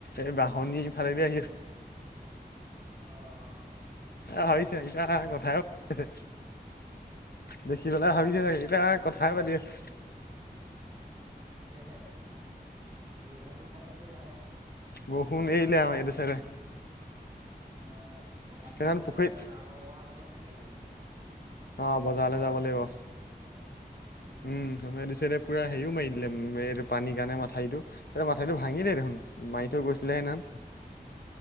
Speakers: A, on the left (about 75°); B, on the right (about 25°).
A: এই বাহনিফালেদি আহি
B: অ'।
A: এ ভাবিছে
B: এই
A: ইতা
B: বৰষুণটো
A: কথাই ভাব আছে দেখি
B: উম,
A: পেলাই ভাবিছে চাগ ইয়াক কথাই পাতি আছে
B: সেহে বৰষুণটো কমিছেগৈ আৰু
A: বৰষুণ এৰিলে এইটো চাইদে
B: অ', অকণমান
A: সেইখন
B: দেৰিকে
A: পুখুৰীত
B: যাব পৰা হ'ব চাগে হেৰিয়লে
A: অ', বজালে যাব লাগিব।
B: বজাৰলে
A: উম আমাৰ ইটো চাইদে পুৰা হেৰিও মাৰি দিলে এইটো পানীৰ কাৰণে মাথাইৰিটো এই মাথাউৰিটো ভাঙিল দেখোন মাৰি থৈ গৈছিলেহে হেদিনাখন।